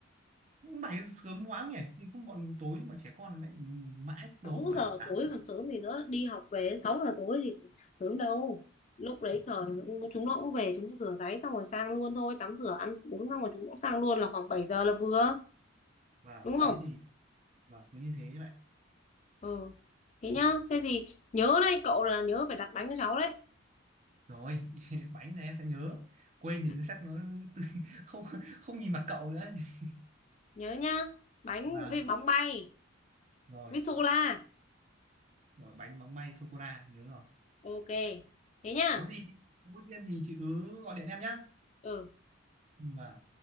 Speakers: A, on the right (about 35°); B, on the left (about 35°).
A: cũng bảy giờ sớm quá không nhỉ thì cũng bọn tối bọn trẻ con lại mãi tối
B: sáu
A: bảy
B: giờ
A: sáng
B: tối còn sớm gì nữa đi học về 6 giờ tối thì sớm đâu lúc đấy
A: Ừ,
B: trời chúng nó cũng về chúng nó rửa ráy xong rồi sang luôn thôi tắm rửa ăn uống xong rồi chúng cũng sang luôn là khoảng bảy giờ là vừa
A: Vâng,
B: đúng không
A: thế thì vâng, cứ như thế vậy.
B: ừ thế nhá
A: Ừ,
B: thế thì nhớ đấy cậu là nhớ phải đặt bánh cho cháu đấy
A: Rồi, <laughs> bánh này em sẽ nhớ. Quên
B: Ừ,
A: thì nó chắc nó <laughs> không không nhìn mặt cậu nữa. <laughs>
B: nhớ nhá bánh
A: Vâng,
B: với bóng bay
A: rồi.
B: với sô la
A: Rồi bánh móng may sô cô la nhớ rồi.
B: ok thế nhá
A: Có gì thì có thêm gì chị cứ gọi điện em nhá.
B: ừ
A: Ừ, Vâng.